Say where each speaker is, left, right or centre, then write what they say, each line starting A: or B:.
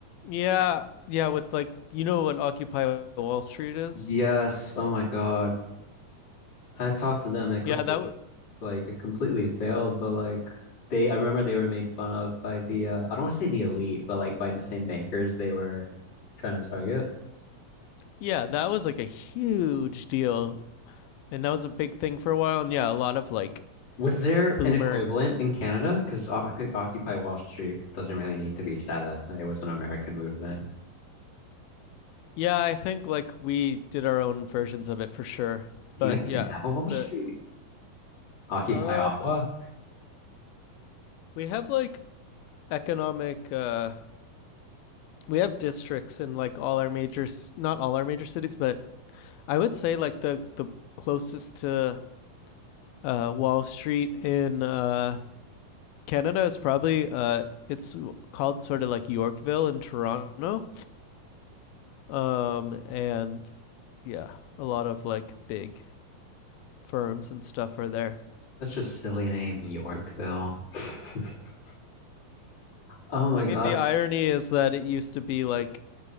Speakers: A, on the left; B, on the left.
A: yeah yeah with like you know what occupy wall street is
B: Yes. Oh my God. Hats off to them. It completely,
A: yeah that
B: like, it completely failed. But like, they, I remember they were made fun of by the, uh, I don't want to say the elite, but like by the same bankers they were trying to target.
A: Yeah, that was like a huge deal. And that was a big thing for a while. And yeah, a lot of like
B: Was there
A: boomer.
B: an equivalent in Canada? Because Occupy Wall Street doesn't really need to be said. That's it was an American movement.
A: Yeah, I think like we did our own versions of it for sure.
B: Do
A: But
B: you guys even
A: yeah,
B: have a Wall
A: the
B: Street? Occupy
A: um
B: Ottawa?
A: we have like economic uh we have districts in like all our major not all our major cities, but I would say like the the closest to uh Wall Street in uh Canada is probably uh it's called sort of like Yorkville in Toronto Um, and yeah, a lot of like big firms and stuff are there.
B: Such a silly name, Yorkville. <laughs> Oh my
A: I mean,
B: God.
A: the irony is that it used to be like